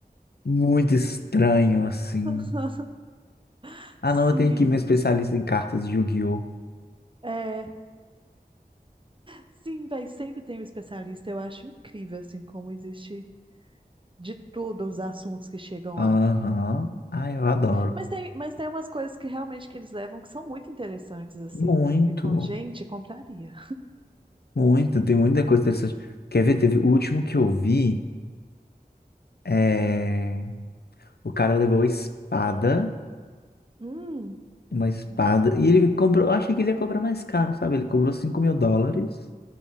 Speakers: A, on the left (about 75°); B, on the right (about 30°).
A: muito estranho, assim.
B: <laughs>
A: Ah,
B: Sim,
A: não, eu tenho aqui meu especialista em cartas de Yu-Gi-Oh!
B: é. Sim, véi, sempre tem um especialista. Eu acho incrível, assim, como existe de tudo os assuntos que chegam
A: Aham.
B: lá.
A: Ah, eu adoro.
B: Mas tem, mas tem umas coisas que realmente que eles levam que são muito interessantes, assim,
A: Muito,
B: que eu fico, gente, compraria.
A: muito. Tem muita coisa interessante. Quer ver? Teve o último que eu vi. É... O cara levou a espada,
B: Hum,
A: uma espada, e ele cobrou. Eu achei que ele ia cobrar mais caro, sabe? Ele cobrou cinco mil dólares.